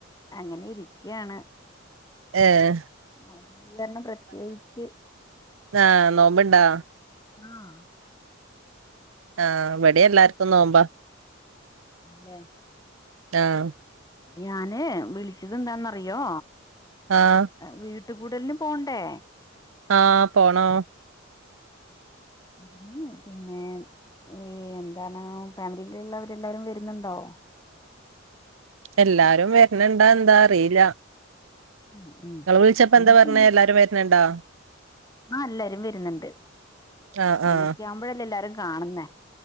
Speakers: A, on the left; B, on the right.
A: അങ്ങനെ ഇരിക്ക്യാണ്.
B: ഏഹ്.
A: നോമ്പ് കാരണം പ്രത്യേകിച്ച്
B: ആഹ് നോമ്പ്ണ്ടാ?
A: ആഹ്
B: ആഹ് ഇവടീം എല്ലാർക്കും നോമ്പ.
A: ലേ
B: ആഹ്
A: ഞാന് വിളിച്ചത് എന്താന്നറിയോ?
B: ആഹ്.
A: വീട്ട് കൂടല്ന് പോണ്ടേ?
B: ആഹ് പോണം.
A: ഉം ഹ്ഹ് പിന്നെ ഈ എന്താണ് ഫാമിലീല്ള്ളവരെല്ലാവരും വര്ന്ന്ണ്ടോ?
B: എല്ലാരും വര്ണ്‌ണ്ടോ എന്താ അറീല്ല.
A: ഉം ഉം
B: ങ്ങൾ വിൾച്ചപ്പോ
A: നമുക്കെന്ത്
B: എന്താ പർഞ്ഞേ എല്ലാരും വര്ണണ്ടൊ
A: ആഹ് എല്ലാരും വര്ന്ന്ണ്ട്.
B: ആഹ്
A: ഇങ്ങനെയൊക്കെയാവുമ്പോഴല്ലേ
B: ആഹ്
A: എല്ലാരും കാണുന്നേ.